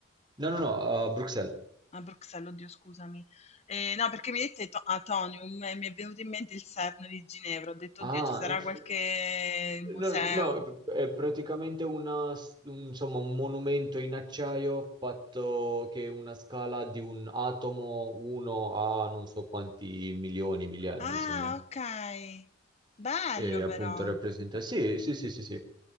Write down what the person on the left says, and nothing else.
A Bruxelles, oddio scusami. Ehm, no, perché mi hai detto to Atonium e mi è venuto in mente il CERN di Ginevra. Ho detto: "Oddio,
ci sarà
qualche museo".
Ah,
okay. Bello
però,